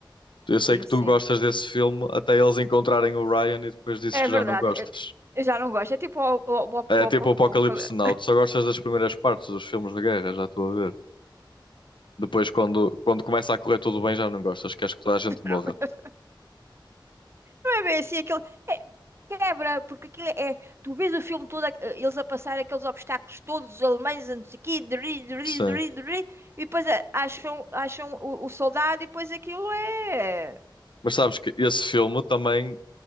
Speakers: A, on the left; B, on the right.
A: Eu
B: Sim,
A: sei que
B: sim.
A: tu gostas desse filme até eles encontrarem o Ryan e depois dizes
B: É
A: que
B: verdade.
A: já não gostas.
B: Eu, eu já não gosto. É tipo o, o, o,
A: É
B: o,
A: tipo
B: apoca-
A: o Apocalipse
B: o apoca-
A: Now. Tu só gostas das primeiras partes dos filmes de guerra, já estou a ver. Depois, quando, quando começa a correr tudo bem, já não gostas. Queres que toda a gente
B: <laughs>
A: morra.
B: É bem assim, aquilo é- quebra, porque aquilo é. Tu vês o filme todo, eh, eles a passar aqueles obstáculos todos, os alemães, a não sei o quê, dri, dri,
A: Sim.
B: dri, dri, e depois eh, acham, acham o, o soldado, e depois aquilo é.
A: Mas sabes que esse filme também